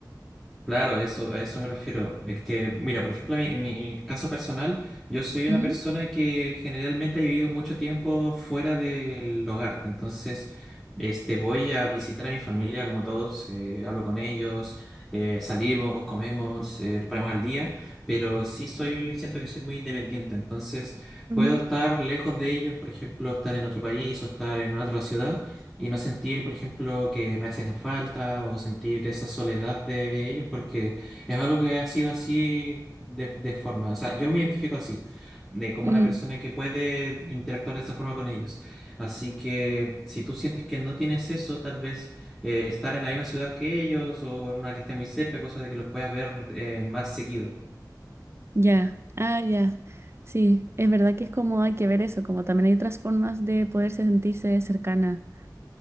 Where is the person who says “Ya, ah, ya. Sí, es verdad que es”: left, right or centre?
Right